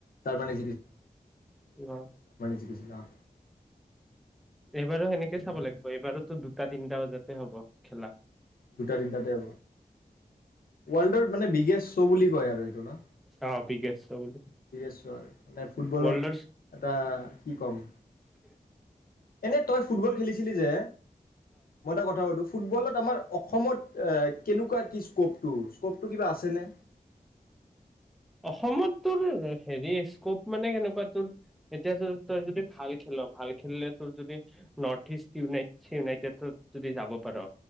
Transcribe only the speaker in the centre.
আহ।
এইবাৰো সেনেকে চাব লাগিব এইবাৰোতো দুটা তিনটা বজাতে হব খেলা।
অ বিগেষ্ট শ্ব' বুলি
ৱৰ্ল্ডৰ
উ
অসমত তোৰ হেৰি স্কপ মানে কেনেকুৱা তোৰ এতিয়া তই যদি ভাল খেল ভাল খেলিলে তোৰ যদি নৰ্থ ইষ্ট ইউনাইট ইউনাইটেডত যদি যাব পাৰ